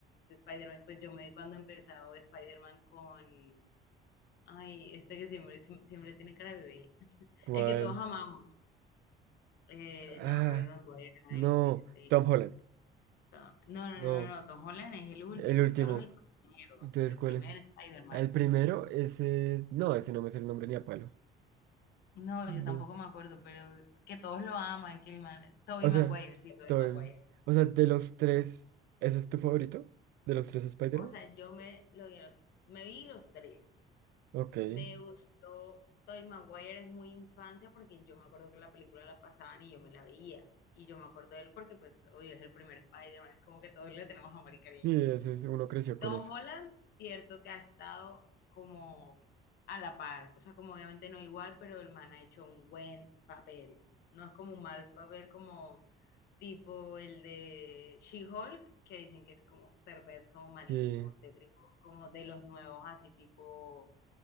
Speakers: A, on the left; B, on the right.
A: de Spider-Man. Pues yo me vi cuando empezó Spider-Man con... Ay, este que siempre, siem- siempre tiene cara de bebé.
B: ¿cuál?
A: El que todos amamos. Eh,
B: Ah,
A: no, Roy Maguire no
B: no,
A: es este...
B: Tom Holland.
A: No, no, no,
B: No,
A: no, no, Tom Holland es el último,
B: el último.
A: yo te hablo del primero,
B: Entonces,
A: el
B: ¿cuál
A: primer
B: es?
A: Spider-Man.
B: Ah, El primero, ese es. No, ese no me sale el nombre ni a palo.
A: No,
B: No.
A: yo tampoco me acuerdo, pero que todos lo aman, que el man, Tobey
B: O sea,
A: Maguire, sí, Tobey
B: todo.
A: Maguire.
B: bien. O sea, de los tres, ¿ese es tu favorito? ¿De los tres Spider-Man?
A: O sea, yo me, lo vi a los, me vi los tres.
B: Ok. Sí,
A: Me gustó Tobey Maguire, es muy infancia porque yo me acuerdo que la película la pasaban y yo me la veía. Y yo me acuerdo de él porque, pues, obvio, es el primer Spider-Man, es como que todos le tenemos amor y cariño.
B: ese es, uno creció
A: Tom
B: con eso.
A: Holland, cierto que ha estado como a la par, o sea, como obviamente no igual, pero el man ha hecho un buen papel. No es como un mal papel como tipo el de She-Hulk, que dicen que es como perverso, malísimo,
B: Sí.
A: tétrico, como de los nuevos, así tipo